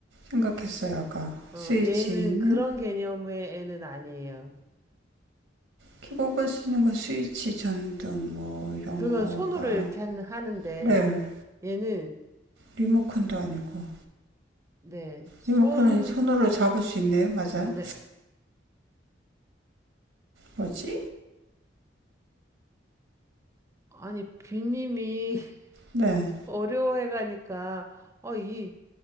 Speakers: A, on the right; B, on the right.
A: 생각했어요, 아까.
B: 어,
A: 스위치는?
B: 얘는 그런 개념의 애는 아니에요.
A: 켜고 끌 수 있는 거 스위치, 전등 뭐 이런
B: 그건
A: 거가
B: 손으로 이렇게 한- 하는데
A: 네
B: 얘는
A: 리모컨도 아니고
B: 네, 손
A: 리모컨은 손으로 잡을 수 있네요 맞아요
B: 네,
A: 뭐지
B: 아니 비님이 <laughs>
A: 네
B: 어려워해가니까 어, 이